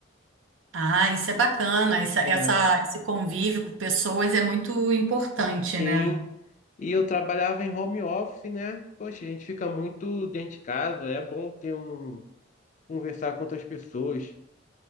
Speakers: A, on the right; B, on the left.
A: Ah, isso é bacana. Essa, essa-
B: É,
A: esse convívio com pessoas é muito importante,
B: sim.
A: né?
B: E eu trabalhava em home office, né? Poxa, a gente fica muito dentro de casa, é bom ter um conversar com outras pessoas.